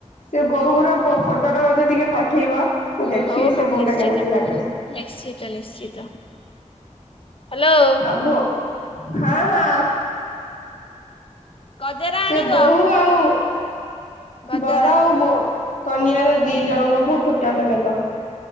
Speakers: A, on the left; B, on the left.
A: ସେ ବୋହୁ ର ଫଟୋଟା ମତେ ଟିକେ ପଠେଇବ ମୁଁ ଦେଖିବି
B: ହଉ ହଉ
A: ସେ ବୋହୁଟା
B: ନିଶ୍ଚିତ
A: କେମିତି ଲାଗୁଛି।
B: ନିଶ୍ଚିତ ନିଶ୍ଚିତ ହ୍ୟାଲୋ।
A: ଆବୁ ହଁ ହଁ।
B: ଗଜରା
A: ସେ
B: ଆଣିବ
A: ବୋହୂ ଆଉ
B: ଗଜରା।
A: ବର ଆଉ ବୋ କନ୍ୟାର ଦି ଜଣଙ୍କ ପୁଅ ଫୁଟଟା ଦବ।